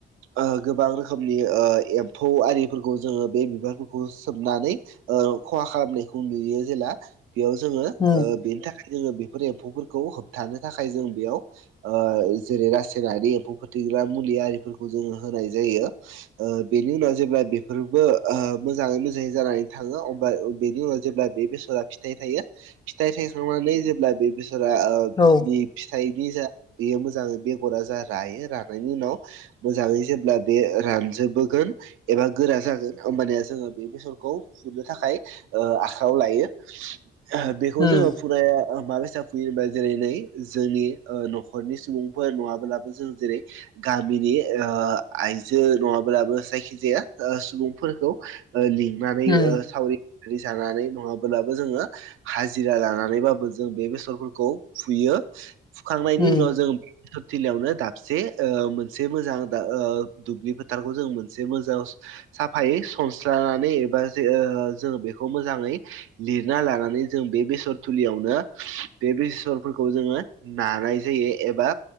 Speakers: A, on the right (about 85°); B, on the left (about 20°).
A: ओ गोबां रोखोमनि ओ एम्फौ आरिफोरखौ जोङो बे बिबारफोरखौ सोमनानै ओ खहा खालामनायखौ नुयो जेला बेयाव जोङो ओ
B: उम
A: बेनि थाखाय जोङो बेफोर एम्फौफोरखौ होबथानो थाखाय जों बेयाव ओ जेरै रासायनारि एम्फौ फोथैग्रा मुलि आरिफोरखौ जोङो होनाय जायो। ओ बेनि उनाव जेब्ला बेफोरबो ओ मोजाङै मोजाङै जानानै थाङो अब्ला बेनि उनाव जेब्ला बे बेसरा फिथाइ थायो फिथाइ थायखांनानै जेब्ला बे बेसरा ओ
B: औ
A: नि फिथाइनि जा बेयो मोजाङ बेगरा जा रायो रानायनि उनाव मोजाङै जेब्ला बे रानजोबबोगोन एबा गोरा जागोन होमबानया जोङो बे बेसरखौ फुनो थाखाय ओ आखायाव लायो ओह बेखौ
B: उम
A: जोङो फुरा माबायसा फुयोबा जेरै नै जोंनि ओ न'खरनि सुबुंफोर नङाब्लाबो जों जेरै गामिनि ओ आय जो नङाब्लाबो जायखिजाया ओ सुबुंफोरखौ लिंनानै
B: उम
A: ओ सावरि रि जानानै नङाबोलाबो जोङो हाजिरा लानानैबाबो जों बे बेसरफोरखौ फुयो। फुखांनायनि
B: उम
A: उनाव जों बेसर थिलियावनो दाबसे ओ मोनसे मोजां ओ दुब्लि फोथारखौ जों मोनसे मोजां साफायै सनस्लनानै एबा जे ओ जों बेखौ मोजाङै लिरना लानानै जों बे बेसर थुलियावनो बे बेसरफोरखौ जोङो नानाय जायो एबा